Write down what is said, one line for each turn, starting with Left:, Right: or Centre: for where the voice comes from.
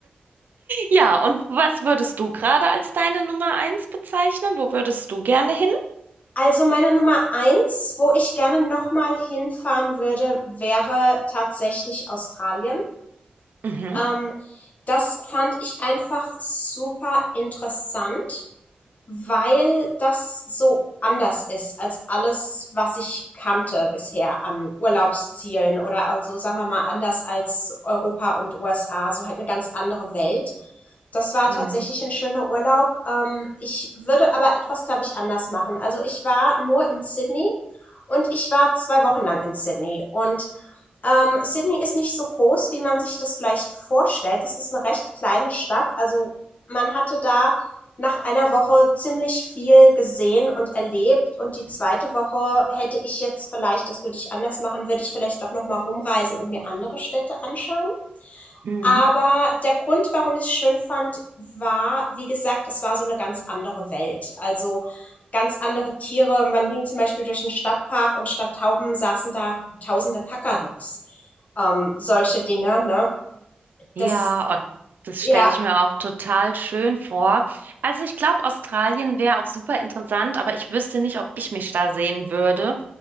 Right: Ja, und was würdest du gerade als deine Nummer eins bezeichnen? Wo würdest du gerne hin?
Left: Also meine Nummer eins, wo ich gerne nochmal hinfahren würde, wäre tatsächlich Australien.
Right: Mhm.
Left: Ähm, das fand ich einfach super interessant. weil das so anders ist als alles, was ich kannte bisher an Urlaubszielen oder also, sagen wir mal, anders als Europa und USA, so halt eine ganz andere Welt. Das war tatsächlich
Right: Mhm.
Left: ein schöner Urlaub. Ähm, ich würde aber etwas, glaube ich, anders machen. Also ich war nur in Sydney und ich war zwei Wochen lang in Sydney und ähm, Sydney ist nicht so groß, wie man sich das vielleicht vorstellt. Das ist eine recht kleine Stadt. Also man hatte da nach einer Woche ziemlich viel gesehen und erlebt. Und die zweite Woche hätte ich jetzt vielleicht, das würde ich anders machen, würde ich vielleicht doch noch mal rumreisen und mir andere Städte anschauen.
Right: Mhm.
Left: Aber der Grund, warum ich es schön fand, war, wie gesagt, es war so eine ganz andere Welt. Also, ganz andere Tiere. Man ging zum Beispiel durch einen Stadtpark und statt Tauben saßen da tausende Kakadus. Ähm, solche Dinge, ne?
Right: Ja,
Left: Das
Right: und das
Left: ja.
Right: stelle ich mir auch total schön vor. Also ich glaube, Australien wäre auch super interessant, aber ich wüsste nicht, ob ich mich da sehen würde,